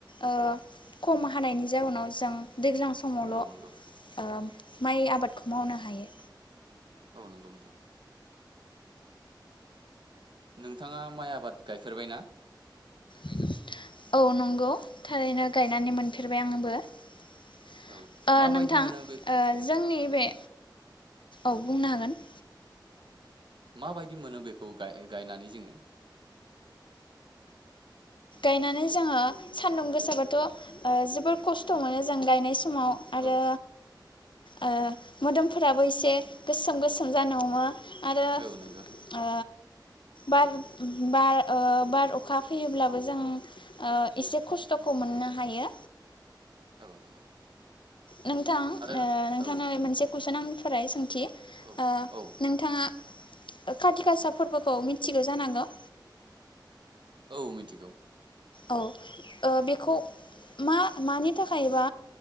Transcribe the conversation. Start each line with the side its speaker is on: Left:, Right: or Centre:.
Left: ओ खम हानायनि जाउनाव जों दैज्लां समावल
Right: औ
Left: ओ
Right: नंगौ
Left: माइ आबादखौ मावनो हायो।
Right: औ नंगौ नोंथां। नोंथाङा माइ आबाद गायफेरबाय ना?
Left: <unintelligible> औ नंगौ थारैनो गायनानै मोनफेरबाय आंबो। ओ
Right: औ माबायदि
Left: नोंथां
Right: मोनो
Left: ओ
Right: बे
Left: जोंनि बे औ बुंनो हागोन।
Right: माबायदि मोनो बेखौ गायनानै जोङो।
Left: गायनानै जोङो सान्दुं गोसाबथ ओ जोबोर खस्थ मोनो जों गायनाय सम फुंआव आरो
Right: औ
Left: ओ मोदोमफोराबो एसे गोसोम गोसोम जानो हमो। आरो
Right: औ नंगौ
Left: ओ बार बार ओ बार अखा फोयोबाबो जों ओ एसे खस्थखौ मोननो हायो।
Right: औ नंगौ।
Left: नोंथां ओ
Right: आरो
Left: नोंथांनो
Right: औ
Left: मोनसे कुइसन आं फराय सों अके
Right: औ
Left: ओ
Right: औ
Left: नोंथाङा। खाथि गासा फोरबोखौ मिथिगौ जानांगौ।
Right: औ मिथिगौ।
Left: औ ओ बेखौ मा मानि थाखाय एबा